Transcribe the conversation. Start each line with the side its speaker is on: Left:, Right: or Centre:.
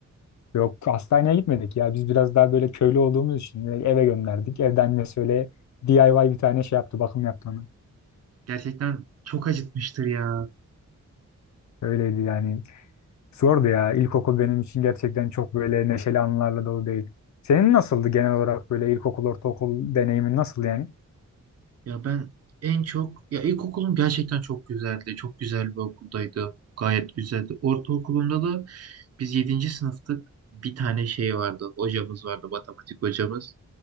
Left: Yok hastaneye gitmedik ya. Biz biraz daha böyle köylü olduğumuz için de eve gönderdik. Evde annesi öyle DIY bir tane şey yaptı. Bakım yaptı ona.
Right: Gerçekten çok acıtmıştır ya.
Left: Öyleydi yani. Zordu ya. İlkokul benim için gerçekten çok böyle neşeli anılarla dolu değil. Senin nasıldı genel olarak böyle ilkokul, ortaokul deneyimin nasıl yani?
Right: Ya ben en çok ya ilkokulum gerçekten çok güzeldi. Çok güzel bir okuldaydı. Gayet güzeldi. Ortaokulumda da biz yedinci sınıftık. Bir tane şey vardı. Hocamız vardı. Matematik hocamız.